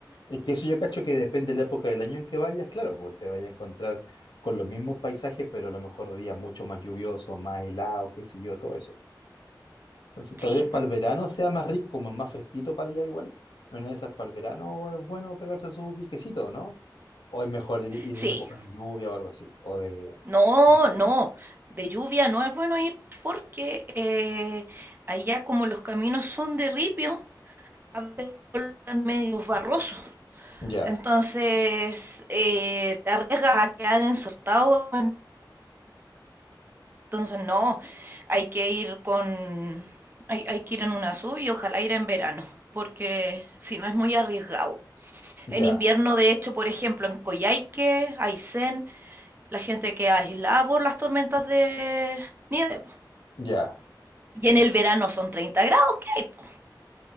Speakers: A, on the left; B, on the right.
A: Es que eso yo cacho que depende de la época del año en que vayas. Claro, pues te vayas a encontrar con los mismos paisajes, pero a lo mejor días mucho más lluviosos, más helados, qué sé yo, todo eso. Entonces,
B: Sí,
A: tal vez para el verano sea más rico, como es más fresquito para allá igual. En una de esas para el verano es bueno pegarse su piquecito, ¿no? O es mejor ir, ir
B: sí,
A: en época de lluvia o algo así. O de...
B: no,
A: Otoño.
B: no, de lluvia no es bueno ir porque eh, allá como los caminos son de ripio, a veces colocan medios barrosos.
A: Ya,
B: Entonces, eh, te arriesgas a quedar insertado. Entonces, no, hay que ir con, hay, hay que ir en una sub y ojalá ir en verano, porque si no es muy arriesgado.
A: ya,
B: En invierno, de hecho, por ejemplo, en Coyhaique, Aysén, la gente queda aislada por las tormentas de nieve. po.
A: ya.
B: Y en el verano son 30 grados que hay, po.